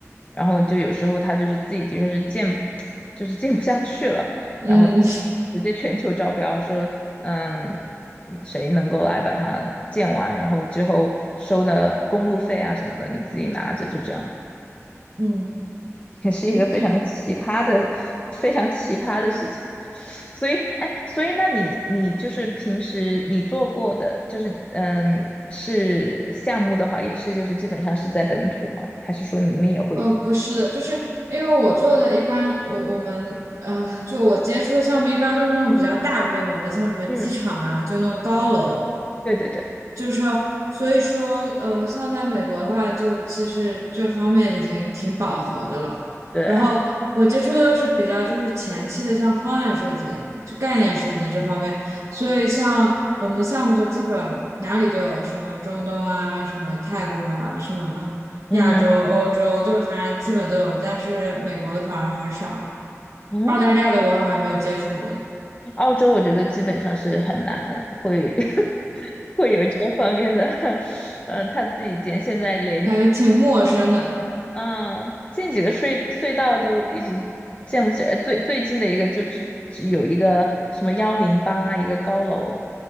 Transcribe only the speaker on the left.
然后就有时候他就是自己的确是建，<tsk> 就是建不下去了，
然后他就直接全球招标说，嗯，嗯谁能够来把它建完，然后之后收的公路费啊什么的，你自己拿着，就这样，
<laughs> 也是一个非常奇葩的、
非常奇葩的事情。<laughs> 所以，哎，所以那你你就是平时你做过的，就是嗯，是项目的话，也是就是基本上是在本土吗？还是说你们也会？
嗯，
对对对。
对，
嗯
嗯，
澳洲我觉得基本上是很难会 <laughs> 会有这方面的，<laughs> 呃，他自己见现在连
嗯，建几个隧隧道都一直建不起来，最最近的一个就只只有一个什么幺零八一个高楼，